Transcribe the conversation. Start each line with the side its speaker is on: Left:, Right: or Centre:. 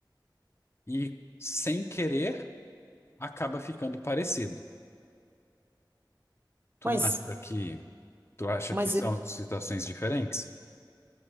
Left: e, sem querer, acaba ficando parecido. Tu
Right: Mas
Left: não acha que, tu acha
Right: mas
Left: que são
Right: é
Left: situações diferentes?